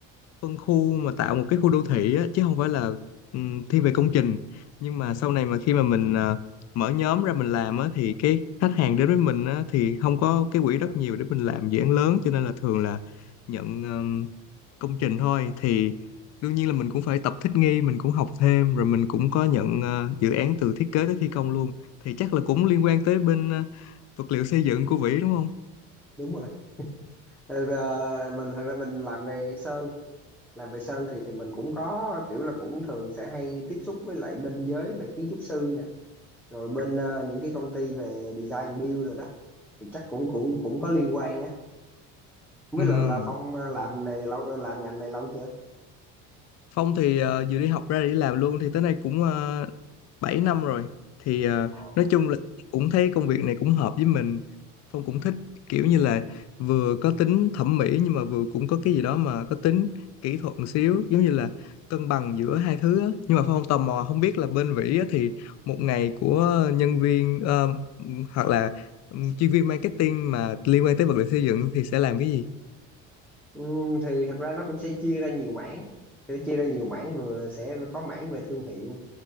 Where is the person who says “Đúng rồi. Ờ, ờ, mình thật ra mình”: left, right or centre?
Centre